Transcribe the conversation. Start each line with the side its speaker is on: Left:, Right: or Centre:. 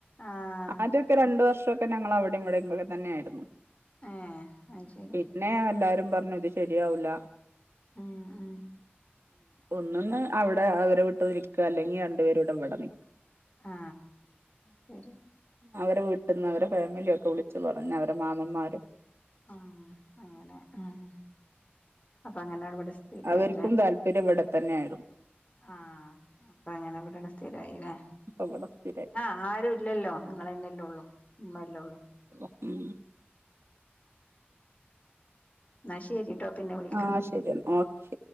Left: ആഹ്
Right: ആദിക് ക്ക രണ്ടു വർഷൊക്കെ ഞങ്ങള് അവിടെം ഇവിടെം ക്കെ തന്നെയായിര്ന്നു
Left: ആ അഹ് ശെരി
Right: പിന്നെ എല്ലാരും പർഞ്ഞു ഇത് ശെരി ആഊല
Left: ആ ആ
Right: ഒന്ന്ന്ന് അവ്ടെ അവരെ വീട്ട് നിക്ക്അ അല്ലെങ്കി രണ്ടു പേരുടെ ഇവട ന്ന്ക്ക്
Left: ആ ശെരി
Right: അവരെ വീട്ട്ന്ന് അവരെ ഫേമിലിഒക്കെ വിളിച്ച് പറഞ് അവരെ മാമന്മാരും
Left: ആഹ് അങ്ങനെ ഉം അപ്പൊ അങ്ങനെയാണ് ഇവിടെ സ്ഥിരായില്ലേ
Right: അവര്ക്കും താൽ ത്തിരു വ്ടെ തന്നെ ആയിര്ന്നു
Left: ആ അപം അങ്ങനെ വ്ടാണ്ട് സ്ഥിരായിലേ
Right: അപ്പൊ ഇവിടെ സ്ഥിരായി
Left: ആ ആരും ഇല്ലല്ലോ നിങ്ങളെനെല്ലേ ഒള്ളൂ ഇമ്മല്ലേ ഒള്ളു
Right: മ്
Left: ന്നാ ശെരി ട്ടോ പിന്നെ വിളിക്കാ
Right: ആ ശരി എന്നാ ഓക്കെ